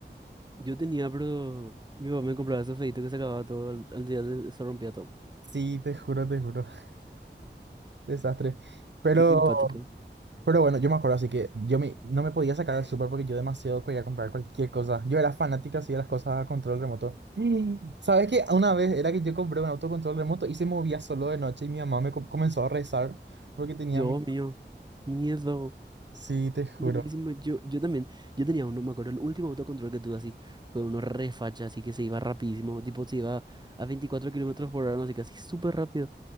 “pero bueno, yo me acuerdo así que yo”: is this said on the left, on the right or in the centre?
Right